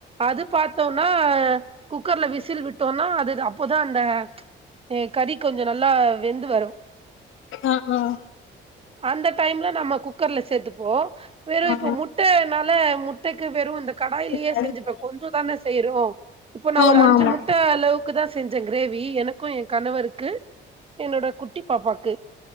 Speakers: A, on the right; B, on the left.
A: அது பார்த்தோம்னா குக்கர்ல விசில் விட்டோனா அதுதா அப்போதா அந்த ஏ கறி கொஞ்சோ நல்லா வெந்து வரும்
B: ம் ஹ்
A: அந்த டைம்ல நம்ம குக்கர்ல சேர்த்துப்போ வேற
B: ஆ
A: ப்ப முட்ட நல்ல முட்டெக்கு வெறு இந்த கடாயிலேயே
B: ஆ ஆ
A: செஞ்சுப்ப கொஞ்ச தானே செய்றோ இபோ நா
B: ஆமா
A: ஒரு அஞ்சு
B: ஆமா
A: முட்ட அளவு குதா செஞ்ச கிரேவி எனக்கு என் கணவருக்கு என்னோட குட்டி பாப்பாக்கு